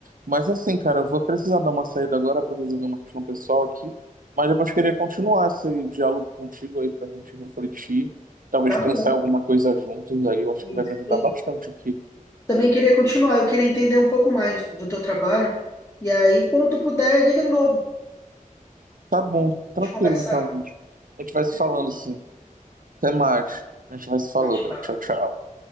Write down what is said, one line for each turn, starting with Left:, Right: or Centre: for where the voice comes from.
Right: Mas assim, cara, eu vou precisar dar uma saída agora para resolver uma questão pessoal aqui. Mas depois queria continuar esse diálogo contigo aí pra gente refletir, talvez
Left: Tá
Right: pensar
Left: bom.
Right: em alguma coisa juntos aí. Eu acho
Left: Isso.
Right: que vai me ajudar
Left: Eu
Right: bastante aqui.
Left: também queria continuar, eu queria entender um pouco mais do teu trabalho. E aí, quando tu puder, diga de novo.
Right: Tá bom,
Left: A gente
Right: tranquilo
Left: conversar.
Right: então, gente. A gente vai se
Left: Até
Right: falando
Left: mais.
Right: assim. Até mais. A gente vai se falando
Left: Tchau, tchau.
Right: aí. Tchau, tchau.